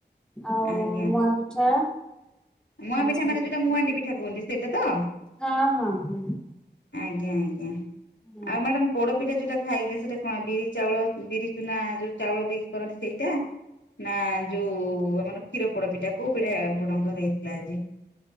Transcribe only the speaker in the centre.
ଆଉ
ମୁଆଁ ପିଠା। ଏମିତି
ସବୁ
ହେଇଥିଲା।
ହଁ ହଁ ହୁଁ।
ହଁ